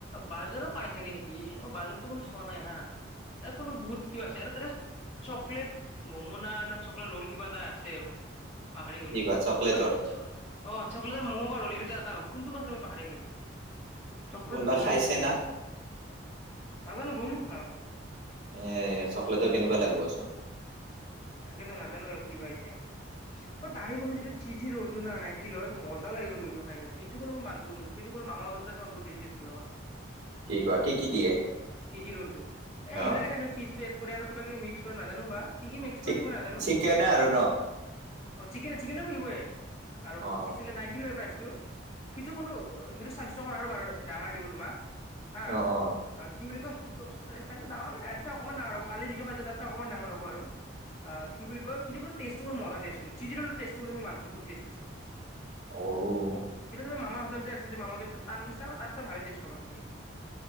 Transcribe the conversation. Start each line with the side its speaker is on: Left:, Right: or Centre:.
Left: বাৰজাৰো পাইছে কি নিকি? কি বাহিৰতো কোনো চোৱা নাই হা তাত কোনো ভুত কিবা আছে আৰু তাতে। চকলেট মমোনা না চকলেট ৰল কিবা এটা আছে আও। পাহাৰি গলো
Right: কি কোৱা
Left: কিবাত
Right: চকলেটৰ
Left: চ- অ', চকলেট ম'ম, ' বা ৰ'ল এই ভিতৰত এটা হ'ব কোনটো বা আছে মই পাহৰি গ'লো। চকলেট
Right: কোনোবা
Left: ৰ'লে
Right: খাইছে
Left: আছিল নেকি,
Right: না
Left: নাজানো গম নাপাওঁ।
Right: এ চকলেটৰ কেনেকুৱা লাগিবচোন।
Left: তাকেতো নাজানো আৰু কিবা এতিয়া, অ, তাৰে কোনো যিটো চিজি ৰ'ল টোনা নাইন্তি লয় মজা লাগি গল সেইটো খাইকিনে সেইটো কোনো মই মাঞ্চো কিন্তু সেইটো কোনো মামৰ <inaudible> বহুত বেছি টেষ্টি পাবা।
Right: কি কোৱা কি কি দিয়ে
Left: চিজি ৰ'লটোত, এ এইবিলাকে
Right: অ
Left: থাকে চিজটো ইয়াত আৰু কিবা কিবি মিক্স কৰে নাজানো বা কি কি মিক্স
Right: চিক
Left: কৰেটো মই নাজানো।
Right: চিকেনে আৰু ন
Left: অ', চিকেন চিকেনটো থাকিবই আৰু
Right: অ
Left: চীজ চাগে নাইনটি লয় প্ৰাইচটো। সেইটো কোনো সেইটোৰ চাইজটো অকমান আৰু <unintelligible> ডাঙৰ দিব তোমাক। হা,
Right: অ অ
Left: কি বুলি কয়? সেইটো চাইজ চাইজটো ডাঙৰ মানে ইয়াতচে অকনমান ডাঙৰ হ'ব কালি যিটো খাইছোঁ তাতছে অকনমান ডাঙৰ হ'ব আৰু। আ কি বুলি কয় সেইটো কোনো টেষ্টটো মানে মজা টেষ্ট কৰে চিজি ৰ'ল টেষ্টটো মানে মই মাঞ্চো বহুত টেষ্ট আছে।
Right: অ',
Left: সেইটো তুমি মামা হোটেল যে আছিল যে মামা হোটেলটোৰ তাৰ নিচিনা বা তাতছে ভালেই টেষ্ট পাবা তুমি এইটো।